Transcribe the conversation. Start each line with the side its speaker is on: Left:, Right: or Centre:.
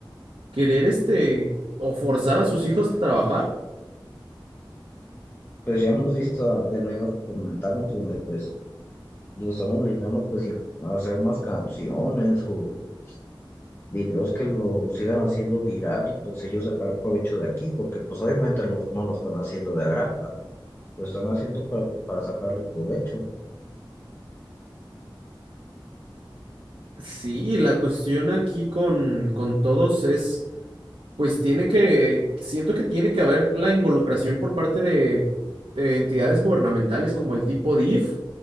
Right: querer este o forzar a sus hijos a trabajar?
Left: pues ya hemos visto del mismo que comentamos, donde pues los están obligando pues in- a hacer más canciones o videos que lo sigan haciendo viral y pues ellos sacar provecho de aquí, porque pues obviamente los- no lo están haciendo de agrapa, lo están haciendo para, pues, para sacarle provecho.
Right: Sí, la cuestión aquí con, con todos es... Pues tiene que, siento que tiene que haber la involucración por parte de, de entidades gubernamentales como el tipo DIF,